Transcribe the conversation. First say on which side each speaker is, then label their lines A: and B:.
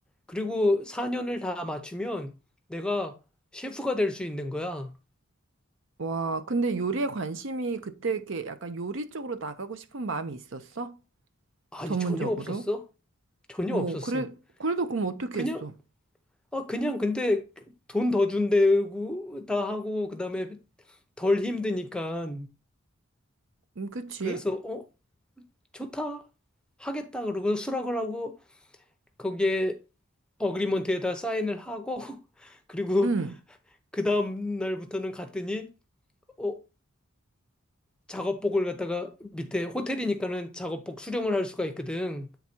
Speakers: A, in the centre; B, on the right (about 60°).
A: 그리고 4년을 다 맞추면 내가 셰프가 될 수 있는 거야.
B: 와, 근데 요리에 관심이 그때 이렇게 약간 요리 쪽으로 나가고 싶은 마음이 있었어?
A: 아니,
B: 전문적으로?
A: 전혀 없었어? 전혀
B: 어,
A: 없었어.
B: 그래, 그래도 그럼 어떻게
A: 그냥,
B: 했어?
A: 아, 그냥 근데 돈 더 준대고, 다 하고, 그 다음에 덜 힘드니까.
B: 음, 그치?
A: 그래서, 어, 좋다. 하겠다. 그러고 수락을 하고, 거기에 어그리먼트에다 사인을 하고 <laughs> 그리고
B: 응,
A: 그 다음 날부터는 갔더니 어 작업복을 갖다가 밑에 호텔이니까는 작업복 수령을 할 수가 있거든.